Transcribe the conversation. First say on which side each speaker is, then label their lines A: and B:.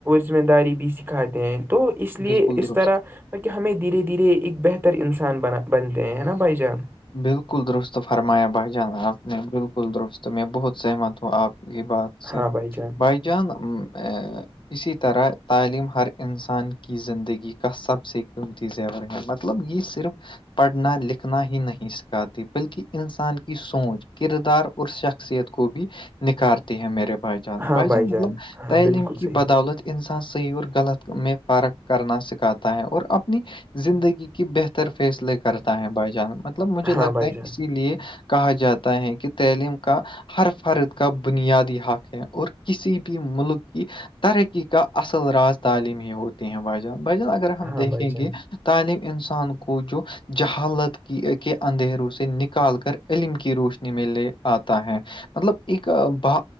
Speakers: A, on the right; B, on the left.
A: ذمہ داری بھی سکھاتے ہیں تو اس لیے
B: بالکل
A: اس
B: درست
A: طرح بکہ ہمیں دھیرے دھیرے ایک بہتر انسان بنا بنتے ہیں ہے نا بھائی جان
B: بالکل درست فرمایا بھائی جان آپ نے بالکل درست میں بہت سہمت ہوں آپ یہ بات سے
A: ہاں بھائی جان
B: بھائی جان ا اسی طرح تعلیم ہر انسان کی زندگی کا سب سے قیمتی چیزیں ہے مطلب یہ صرف پڑھنا لکھنا ہی نہیں سکھاتی بلکہ انسان کی سوچ کردار اور شخصیت کو بھی نکھارتی ہیں میرے بھائی جان
A: ہاں
B: بھائی جان مطلب
A: ہاں
B: تعلیم
A: بالکل
B: کی
A: صحیح
B: بدولت انسان صحیح اور غلط میں فارغ کرنا سکھاتا ہے اور اپنی زندگی کی بہتر فیصلے کرتا ہے بھائی جان مطلب مجھے لگتا
A: ہاں بھائی
B: ہے
A: جان
B: اسی لیے کہا جاتا ہے کہ تعلیم کا ہر فرد کا بنیادی حق ہے اور کسی بھی ملک کی ترقی کا اصل راز تعلیم ہی ہوتے ہیں بائیجان بان اگر ہم
A: ہاں
B: دیکھیں
A: بھائی جان
B: گے تعلیم انسان کو جو جہالت کے اندھیروں سے نکال کر علم کی روشنی میں لے آتا ہے مطلب ایک ب